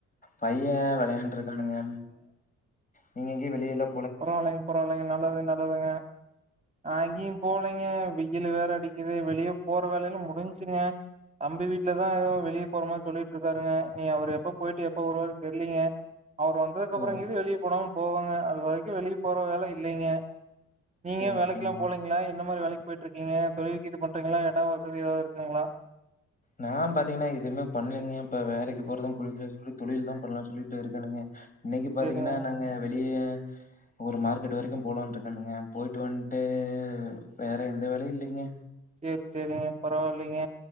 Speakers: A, on the left (about 25°); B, on the right (about 25°).
A: பையன் வெளையாண்டு இருக்கு அந்தங்க நீங்க எங்கேயும் வெளியிலா
B: பரவாலைங்க பரவாலைங்க நல்லது நல்லதுங்க நான அங்கேயும் போலைங்க வெயிலு வேற அடிக்குது வெளியே போற வேலையிலும் முடிஞ்சுங்க தம்பி வீட்டுலதான் எவும் வெளியே போற மாரி சொல்லிட்டு இருக்காருங்க நீ அவரு எப்ப போயிட்டு எப்ப வருவாரு தெரிலீங்க அவர் வந்ததுக்கு அப்பறம்
A: ஓ
B: இது வெளியே போனாலும் போவாங்க அது <unintelligible> எங்க வெளியே போற வேல இல்லைங்க நீங்க
A: ஓகேங்க
B: வேலைக்கெலா போலீங்களா என்ன மாரி வேலைக்கு போயிட்ருக்கீங்க தொழல் கீது பண்றீங்களா ஏட்டா வசதி ஏதாவது இருக்குங்களா
A: நா பாத்தீங்கன்னா எதுவுமே பண்ணலீங்க இப்ப வேலைக்கு போறது புடிக்கலன்னு சொல்லி தொழில்தா பண்ணலா சொல்லிட்டேருக்கேனுங்க இன்னிக்கு பாத்தீங்கன்னா
B: சரிங்க.
A: நாங்க வெளி டியே ஒரு மார்க்கெட் வரைக்கு போலான்ற்ருக்கேனுங்க போயிட்டு வந்ட்டு வேற எந்த வேலையு இல்லைங்க
B: சேரி செரிங்க பரவாயில்லைங்க